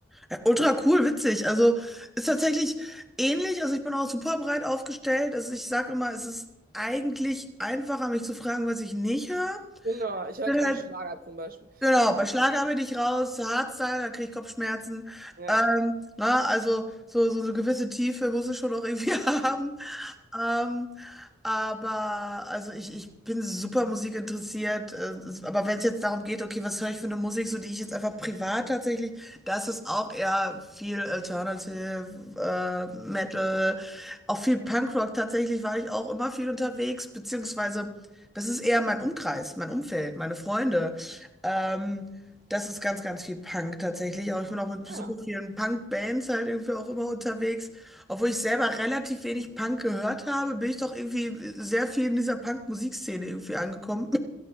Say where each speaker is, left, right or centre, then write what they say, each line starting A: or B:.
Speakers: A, in the centre; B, on the right (about 45°).
A: ja, ultra cool, witzig. Also ist tatsächlich ähnlich. Also ich bin auch super breit aufgestellt. Also ich sage immer, es ist eigentlich einfacher, mich zu fragen, was ich nicht höre.
B: Genau, ich höre
A: Bin
B: keinen
A: halt,
B: Schlager zum Beispiel.
A: genau, bei Schlager bin ich raus, Hardstyle, da kriege ich Kopfschmerzen.
B: Ja.
A: Ähm, na, also so, so eine gewisse Tiefe muss es schon auch irgendwie <laughs> haben. Ähm, aber also ich, ich bin super musikinteressiert. Äh, aber wenn es jetzt darum geht, okay, was höre ich für eine Musik, so die ich jetzt einfach privat tatsächlich, das ist auch eher viel Alternative, äh, Metal, auch viel Punkrock. Tatsächlich war ich auch immer viel unterwegs, beziehungsweise das ist eher mein Umkreis, mein Umfeld, meine Freunde. Ähm, das ist ganz, ganz viel Punk tatsächlich. Auch ich bin auch mit
B: Ah
A: super
B: ja,
A: vielen Punk-Bands halt irgendwie auch immer unterwegs. Obwohl ich selber relativ wenig Punk gehört habe, bin ich doch irgendwie sehr viel in dieser Punk-Musikszene irgendwie angekommen.